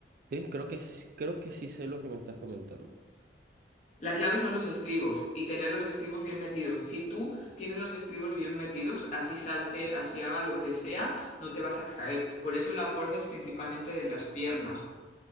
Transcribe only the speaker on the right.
Sí, creo que, s- creo que sí sé lo que me estás comentando.